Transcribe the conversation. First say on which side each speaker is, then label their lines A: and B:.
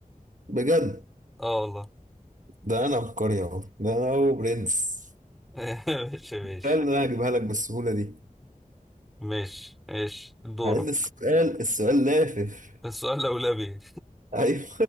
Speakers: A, on the right; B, in the centre.
A: بجد
B: اه والله
A: ده انا عبقري اهو ده انا هو برنس
B: <laughs> ماشي ماشي
A: السؤال اللي انا هجيبها لك بالسهوله دي
B: ماشي ماشي دورك
A: مع ان السؤال السؤال لافف
B: السؤال الأولاني
A: ايوه